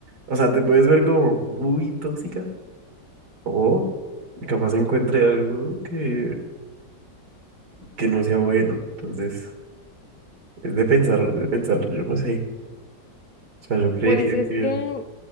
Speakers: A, on the right; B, on the left.
A: O sea, te puedes ver como muy tóxica. o Y capaz encuentre algo que, que no sea bueno. Entonces, es de pensarlo, es de pensarlo, yo no sé. O sea, yo creería
B: Pues es
A: que,
B: que